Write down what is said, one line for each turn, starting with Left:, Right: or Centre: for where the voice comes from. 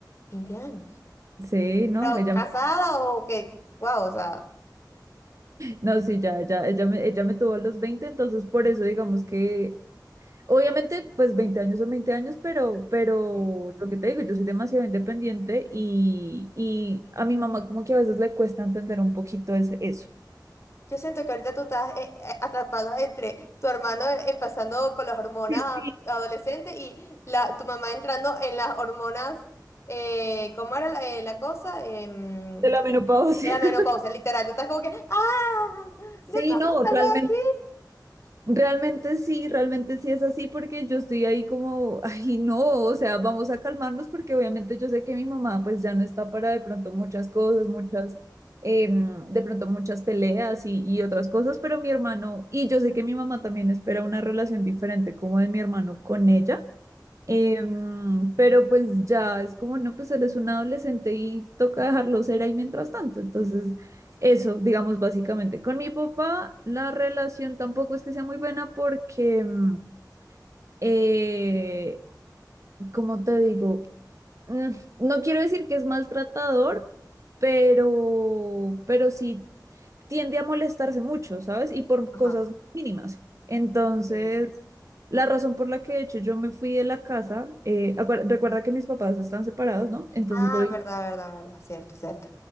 Left: veinte años.
Right: Sí, no,
Left: Pero
Right: ella
Left: casada
Right: me
Left: o que, wow, o sea.
Right: No, sí, ya, ya, ella me, ella me tuvo a los veinte entonces por eso digamos que, obviamente, pues 20 años son 20 años, pero, pero
Left: eh,
Right: lo que te digo, yo soy demasiado independiente y, y a mi mamá como que a veces le cuesta entender un poquito ese- eso.
Left: Yo siento que ahorita tú estás eh, eh, atrapada entre tu hermano eh, empezando con las hormonas
Right: Sí, sí,
Left: adolescentes y la, tu mamá entrando en las hormonas, eh, ¿cómo era la, eh, la cosa? Em,
Right: de la menopausia.
Left: de la menopausia,
Right: <laughs>
Left: literal. Tú estás como que, ¡ah!
Right: Sí,
Left: ¿De cómo
Right: no,
Left: salgo
Right: realmente.
Left: de aquí?
Right: Realmente sí, realmente sí es así porque yo estoy ahí como, ay no, o sea, vamos a calmarnos porque obviamente yo sé que mi mamá pues ya no está para de pronto muchas cosas, muchas, em, de pronto muchas peleas y, y otras cosas, pero mi hermano, y yo sé que mi mamá también espera una relación diferente como de mi hermano con ella. Em, pero pues ya es como, no, pues eres un adolescente y toca dejarlo ser ahí mientras tanto. Entonces, eso, digamos, básicamente. Con mi papá, la relación tampoco es que sea muy buena porque, mm, eh, como te digo, Mm, no quiero decir que es maltratador, pero, pero sí tiende a molestarse mucho, ¿sabes? Y por
Left: Ajá.
Right: cosas mínimas. Entonces,
Left: sí.
Right: la razón por la que de hecho yo me fui de la casa, eh, acuer- recuerda que mis papás están separados, ¿no? Entonces
Left: Ah,
Right: yo viví
Left: verdad, verdad, verdad. Cierto, cierto.